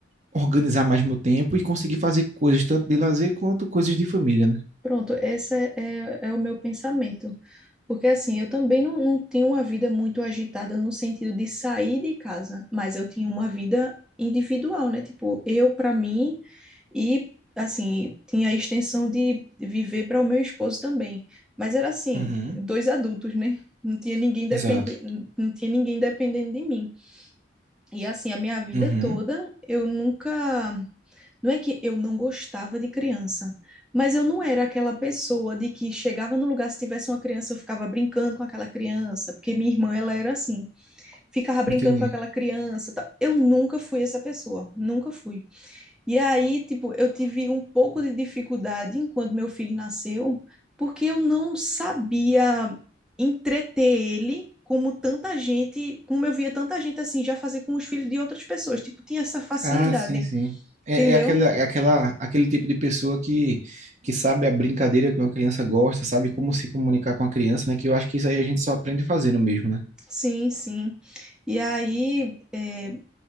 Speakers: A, on the right; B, in the centre.
A: organizar mais meu tempo e conseguir fazer coisas tanto de lazer quanto coisas de família, né?
B: Pronto, esse é, é, é o meu pensamento. Porque assim, eu também não, não tinha uma vida muito agitada no sentido de sair de casa, mas eu tinha uma vida individual, né? Tipo, eu para mim e assim, tinha a extensão de viver para o meu esposo também. Mas era assim,
A: Uhum,
B: dois adultos, né? Não tinha ninguém depende,
A: exato.
B: não tinha ninguém dependendo de mim. E assim, a minha vida
A: Uhum,
B: toda, eu nunca Não é que eu não gostava de criança, mas eu não era aquela pessoa de que chegava no lugar, se tivesse uma criança, eu ficava brincando com aquela criança, porque minha irmã, ela era assim, ficava brincando
A: entendi.
B: com aquela criança. tal. Eu nunca fui essa pessoa, nunca fui. E aí, tipo, eu tive um pouco de dificuldade quando meu filho nasceu, porque eu não sabia entreter ele. Como tanta gente, como eu via tanta gente assim, já fazer com os filhos de outras pessoas. Tipo, tinha essa facilidade,
A: Ah, sim, sim. É,
B: entendeu?
A: é aquela, é aquela, aquele tipo de pessoa que, que sabe a brincadeira que uma criança gosta, sabe como se comunicar com a criança, né? Que eu acho que isso aí a gente só aprende fazendo mesmo, né?
B: Sim, sim. E aí, eh,